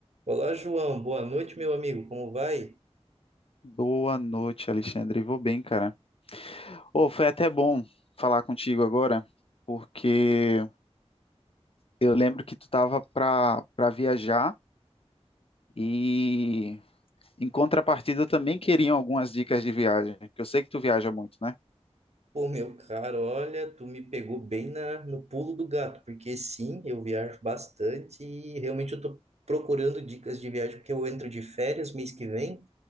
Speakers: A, on the right; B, on the left.
A: Olá, João. Boa noite, meu amigo. Como vai?
B: Boa noite, Alexandre. Vou bem, cara. Ô, foi até bom falar contigo agora, porque eu lembro que tu tava para para viajar e em contrapartida eu também queriam algumas dicas de viagem, que eu sei que tu viaja muito, né?
A: Pô, meu caro, olha, tu me pegou bem na, no pulo do gato, porque sim, eu viajo bastante e realmente eu tô procurando dicas de viagem, porque eu entro de férias mês que vem